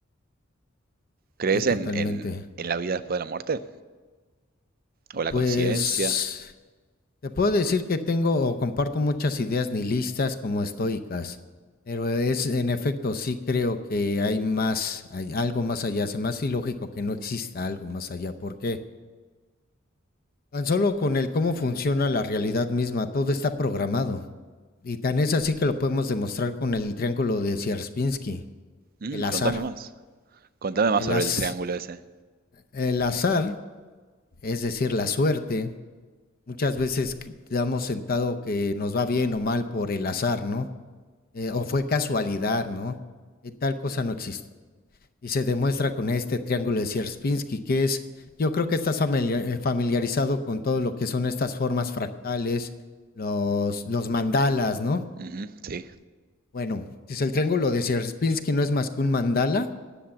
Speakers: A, on the right; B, on the left.
A: ¿Crees
B: Sí,
A: en,
B: totalmente.
A: en- en la vida después de la muerte? ¿O la
B: Pues
A: conciencia?
B: te puedo decir que tengo o comparto muchas ideas nihilistas como estoicas, pero es en efecto sí creo que hay más, hay algo más allá. Se me hace ilógico que no exista algo más allá, porque tan solo con el cómo funciona la realidad misma, todo está programado. Y tan es así que lo podemos demostrar con el triángulo de Sierpinski,
A: Mm,
B: el azar.
A: contame más. Contame más
B: El,
A: sobre
B: az-
A: el triángulo ese.
B: el azar, es decir, la suerte, muchas veces que damos sentado que nos va bien o mal por el azar, ¿no? Eh, o fue casualidad, ¿no? Eh, tal cosa no existe. Y se demuestra con este triángulo de Sierpinski, que es, yo creo que estás familia- eh, familiarizado con todo lo que son estas formas fractales, los, los mandalas, ¿no?
A: Ujú, sí.
B: Bueno, si el triángulo de Sierpinski no es más que un mandala